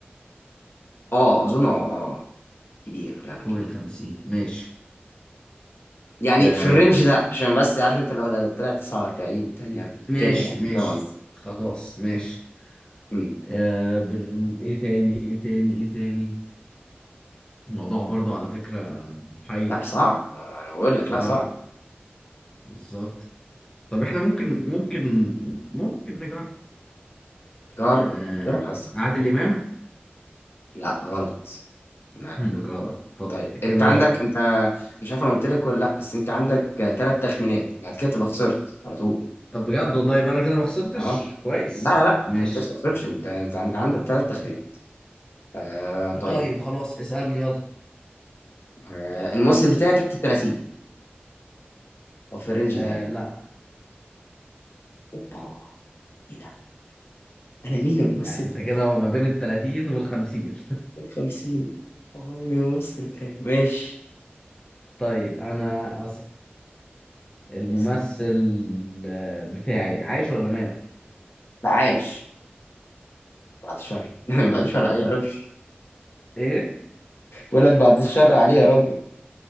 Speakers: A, on the left; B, on the left.
A: اه اظن اه آه، كبير لا لا
B: فوق
A: كبير
B: الخمسين ماشي
A: يعني
B: آه
A: في الرينج ده عشان بس عارف انت لو لو طلع 49 42
B: ماشي
A: كده يعني
B: ماشي
A: فاهم قصدي
B: خلاص ماشي
A: مم.
B: آه بن... ايه تاني ايه تاني ايه تاني الموضوع برضه على فكرة محير
A: لا صعب انا بقول لك لا
B: اه
A: صعب
B: بالظبط طب احنا ممكن ممكن ممكن نجرب
A: جرب
B: آه
A: جرب حظك
B: عادل امام
A: لا غلط لا لا
B: هم،
A: لا
B: غلط ف-
A: طيب
B: كده
A: انت عندك انت مش عارف انا قلت لك ولا لا بس انت عندك ثلاث تخمينات بعد كده تبقى خسرت على طول
B: طب بجد والله يبقى انا كده ما خسرتش
A: اه
B: كويس
A: لا لا لا،
B: ماشي
A: انت لسه ما خسرتش انت انت عند- عندك ثلاث تخمينات آه طيب
B: طيب خلاص اسألني يلا
A: آه الممثل بتاعي تحت ال 30 او في الرينج
B: آه
A: ده يعني
B: لا
A: اوبا ايه ده انا مين الممثل
B: يعني انت
A: بتاعي
B: كده هو ما بين ال 30 وال 50
A: 50 اوبا انا مين الممثل بتاعي ماشي
B: <laughs> طيب انا أسأل الممثل
A: لسه.
B: آه، بتاعي عايش ولا مات
A: لا عايش بعد الشر <laughs> بعد الشر عليه يا راجل
B: ايه
A: بقول لك بعد الشر عليه يا راجل